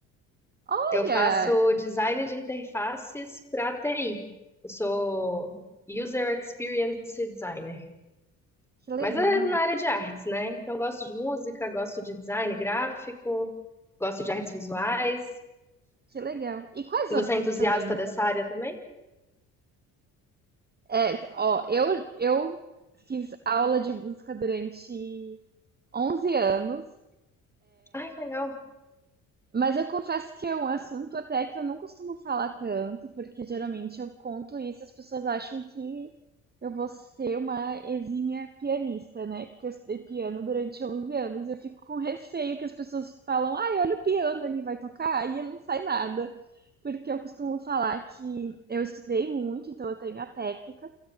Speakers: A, on the right; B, in the centre.
A: Olha,
B: Eu faço design de interfaces para TI. Eu sou User Experience Designer.
A: que legal,
B: Mas é na área de artes, né? Então, eu gosto de música, gosto de design gráfico, gosto de artes visuais.
A: que legal. E quais
B: E
A: outros
B: você é entusiasta
A: instrumentos?
B: dessa área também?
A: É, ó, eu, eu fiz aula de música durante onze anos
B: Ai, que legal.
A: Mas eu confesso que é um assunto até que eu não costumo falar tanto, porque geralmente eu conto isso e as pessoas acham que eu vou ser uma exímia pianista, né? Porque eu estudei piano durante 11 anos e eu fico com receio que as pessoas falam, ai, olha o piano ali, vai tocar, e não sai nada. Porque eu costumo falar que eu estudei muito, então eu tenho a técnica,